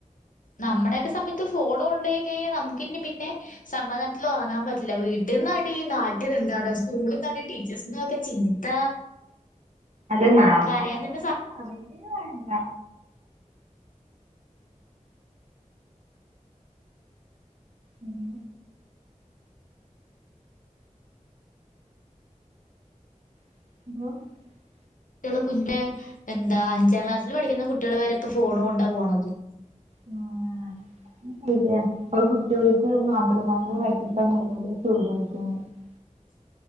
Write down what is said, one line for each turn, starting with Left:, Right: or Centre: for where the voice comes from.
Left: നമ്മുടെയൊക്കെ സമയത്ത് ഫോണുകൊണ്ടോയി കഴിഞ്ഞാൽ നമുക്കിനി പിന്നെ സമാധാനത്തിലുറങ്ങാൻ പറ്റില്ല വീട്ടില് ഫുള്ളായിട്ടി നാട്ടിൽ എന്താണ് സ്കൂളിലെന്താണ് ടീച്ചേഴ്സിന്റ്റെയൊക്കെ ചീത്ത
Right: അത് നാട്ടാരറിഞ്ഞാൽ
Left: കരയാൻ തന്നെ
Right: പിന്നെ പറയുകയേ വേണ്ട ഉം <unintelligible>
Left: കുട്ടികള് കുഞ്ഞെ എന്താ അഞ്ചാം ക്ലാസ്സില് പഠിക്കുന്ന കുട്ടികളുവരെ ഇപ്പ ഫോണുകൊണ്ടാ പോണത് <inaudible>
Right: ആ, <unintelligible>
Left: <inaudible>